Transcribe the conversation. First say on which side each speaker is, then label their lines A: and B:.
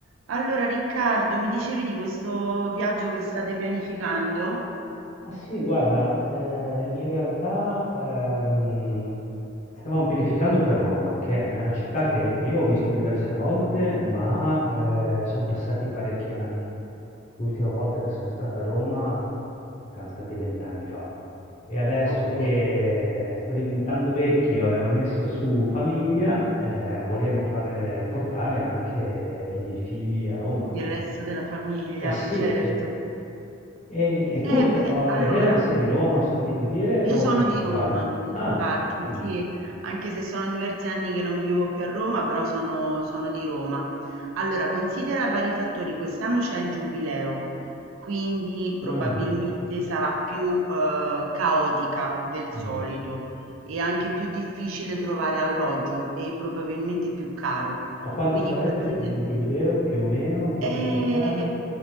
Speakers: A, on the right; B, on the left.
A: Allora Riccardo, mi dicevi di questo viaggio che state pianificando?
B: Ah sì, guarda, eh, in realtà ehm, stavamo pianificando per Roma, che è una città che io ho visto diverse volte, ma sono passati parecchi anni. L'ultima volta che sono stato a Roma saranno stati vent'anni fa. E adesso
A: Ok,
B: che sto diventando vecchio e ho messo su famiglia, eh, volevo fare, portare anche i miei figli a Roma.
A: il resto della famiglia,
B: Eh sì,
A: certo.
B: sì. E, e tu,
A: Eh beh,
B: oh,
A: allora,
B: è vero che sei di Roma, ho sentito dire,
A: io
B: o
A: sono di
B: mi sbaglio?
A: Roma, infatti,
B: Ah, mm,
A: sì, anche se sono diversi anni che non vivo più a Roma, però sono, sono di Roma. Allora, considera vari fattori, quest'anno c'è il giubileo, quindi probabilmente
B: ah,
A: sarà più eh, caotica del solito
B: mm.
A: e
B: mm.
A: anche più difficile trovare alloggio e probabilmente più caro.
B: Ma quando
A: Quindi
B: sarebbe
A: considera...
B: il, gi- il giubileo, più o meno, in che
A: E
B: periodo cade?